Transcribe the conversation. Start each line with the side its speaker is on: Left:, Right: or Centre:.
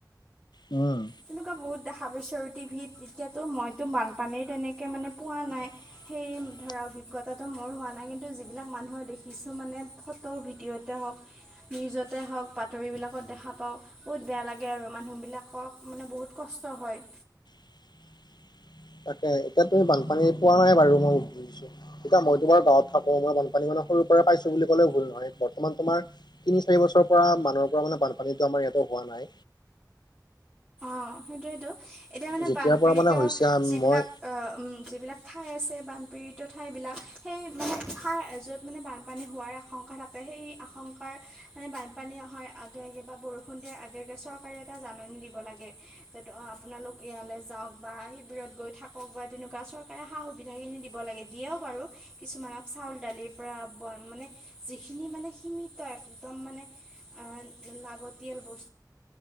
Left: উম।
Right: তেনেকুৱা বহুত দেখাব পাইছোঁ। টিভিত এতিয়াতো মইতো বানপানীৰ তেনেকৈ মানে পোৱা নাই।
Left: <inaudible>
Right: সেই ধৰা অভিজ্ঞতাটো মোৰ হোৱা নাই কিন্তু যিবিলাক মানুহৰ দেখিছোঁ মানে ফটো ভিডিঅ'তে হওক। নিউজতে হওঁক বাতৰি বিলাকত দেখা পাওঁ‌ বহুত। বেয়া লাগে আৰু মানুহ বিলাকক মানে বহুত কছ। ষ্ট হয়।
Left: <unintelligible> তাকে এতিয়া তুমি বানপানী পোৱা নাই বাৰু। মই বুজিছো এতিয়া মই তোমাৰ গাঁৱত থাকো মই বানপানী মানে সৰু। পাইছো বুলি কলেও ভুল নহয়। বৰ্তমান তোমাৰ তিনিৰি বছৰৰ পৰা মানৰ পৰা মানে বানপানীতো আমাৰ ইয়াতো হোৱা। নাই।
Right: অ সেইটোৱেইটো এতিয়া মানে
Left: যেতিয়াৰ
Right: বানপীড়িত
Left: পৰা মানে হৈছে
Right: যিবিলাক
Left: মই
Right: আ উম যিবিলাক ঠাই আছে বানপীড়িত ঠাইবিলাক সেই মানোৰ য'ত মানে বানপানী হোৱাৰ আশংকা থাকে। সেই আশংকাৰ। মানে বানপানী অহাৰ আগে আগে বা বৰষুণ দিয়াৰ আগে আগে চৰকাৰে এটা জাননী দিব লাগে। <inaudible> আপোনালোক ইয়ালৈ যাওক বা শিবিৰত গৈ থাকক বা তেনেকুৱা চৰকাৰে সা সুবিধা খিনি। দিব লাগে। দিয়েও বাৰু কিছুমানক চাউল দালিৰ পৰা মানে যিখিনি মানে সিমি। তো একদম মানেআ লাগতিয়াল বস্।